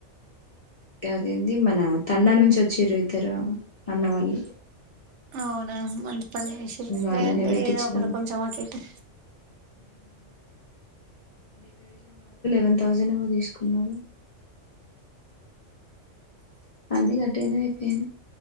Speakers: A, on the left (about 50°); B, on the right (about 70°).
A: గదేంది మనా తండా నుంచి వచ్చిర్రూ ఇద్దరు అన్నవాళ్ళు
B: అవునా మంచి పది నిమిషాలు
A: వాళ్ళనే
B: లేదంటే
A: పెట్టించినాము
B: ఏదో ఒకటి కొంచెం అటు ఇటు
A: వన్ థౌజండ్ ఏమో తీసుకున్నారు అన్నీ కట్టయినా అయిపోయినయ్